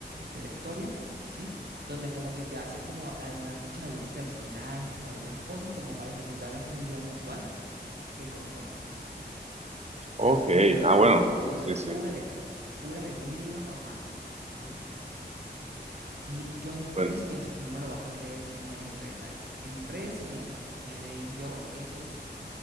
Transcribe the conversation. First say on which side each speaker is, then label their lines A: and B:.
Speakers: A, on the right (about 65°); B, on the right (about 40°).
A: de la historia, ¿sí? Donde como que te hacen como algunas fichas, algunos personajes o algunas cosas como para que tú te hagas una idea visual de cómo son. ¿cierto?
B: ok,
A: Pero de
B: ah,
A: resto,
B: bueno,
A: todo eso
B: sí,
A: es
B: sí,
A: pura letra, pura letra, un libro normal, ¿sí? Y yo en
B: bueno,
A: tres meses, y no me lo vas a creer, y esto no me lo cree nadie, en tres meses me leí yo esos